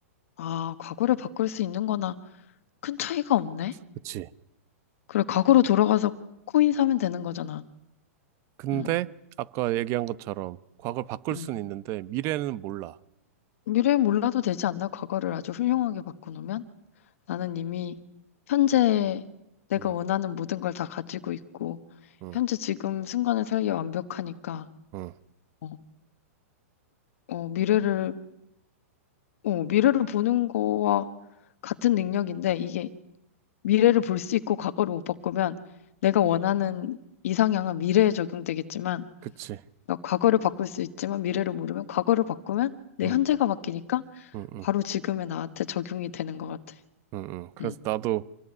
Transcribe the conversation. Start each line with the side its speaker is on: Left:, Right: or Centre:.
Left: 아, 과거를 바꿀 수 있는 거나 큰 차이가 없네?
Right: 그치.
Left: 그래, 과거로 돌아가서 코인 사면 되는 거잖아.
Right: 근데
Left: 응.
Right: 아까 얘기한 것처럼 과거를 바꿀
Left: 응.
Right: 수는 있는데 미래는 몰라.
Left: 미래 몰라도 되지 않나? 과거를 아주 훌륭하게 바꿔놓으면? 나는 이미 현재 내가
Right: 응,
Left: 원하는 모든 걸 다 가지고 있고,
Right: 응,
Left: 현재 지금 순간의 살기 완벽하니까,
Right: 응.
Left: 어, 어, 미래를, 어, 미래를 보는 거와 같은 능력인데, 이게 미래를 볼 수 있고 과거를 못 바꾸면 내가 원하는 이상향은 미래에 적용되겠지만,
Right: 그치.
Left: 그러니까 과거를 바꿀 수 있지만 미래를 모르면 과거를 바꾸면 내
Right: 응,
Left: 현재가 바뀌니까
Right: 응, 응.
Left: 바로 지금의 나한테 적용이 되는 것 같아.
Right: 응, 응. 그래서
Left: 음,
Right: 나도